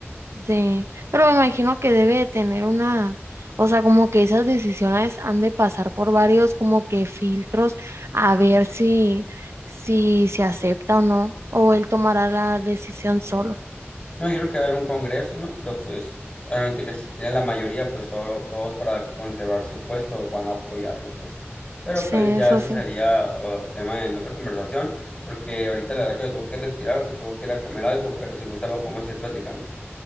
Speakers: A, on the right; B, on the left.
A: Sí, pero me imagino que debe de tener una, o sea, como que esas decisiones han de pasar por varios como que filtros a ver si, si se acepta o no, o él tomará la decisión solo.
B: Me imagino que va a haber un congreso, ¿no? Pero pues obviamente que si tiene la mayoría, pues todo- todos para conservar su puesto van a apoyarlo, pues. Pero
A: Sí,
B: pues ya
A: eso
B: eso
A: sí.
B: sería o, tema en otra conversación, porque ahorita la verdad que me tengo que retirar o que tengo que ir a comer algo, pero si gusta lo podemos ir platicando.